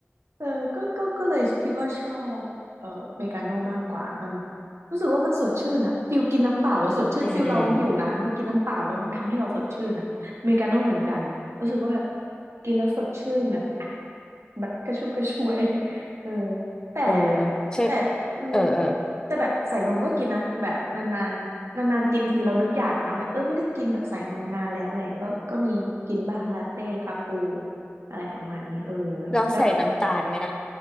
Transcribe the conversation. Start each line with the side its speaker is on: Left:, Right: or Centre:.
Right: เออก็ก็ก็เลยคิดว่าชอบเอ่อเมกาโน่มากกว่ามันรู้สึกว่ามันสดชื่นอะฟิลกินน้ำเปล่าแล้วสดชื่นฟิลเราหิวน้ำแล้วกินน้ำเปล่าแล้วมันทำให้เราสดชื่นอะเมกาโน่เหมือนกันรู้สึกว่าแบบ
Left: อืมอืม
Right: กินแล้วสดชื่นแบบแบบกระชุ่มกระชวยเออแต่
Left: เออฉัน
Right: แต่อืม
Left: เออเออ
Right: แต่แบบใส่นมก็กินนะแบบนาน นานๆกินทีเรานึกอยากอะเนาะแบบเออไม่ได้กินแบบใส่นมนานแล้วอะไรอย่างเงี้ยก็ก็มีกินบ้างลาเต้คาปูอะไรประมาณนี้เออ
Left: เราใส่น้ำตาลไหมนะ
Right: แล้ว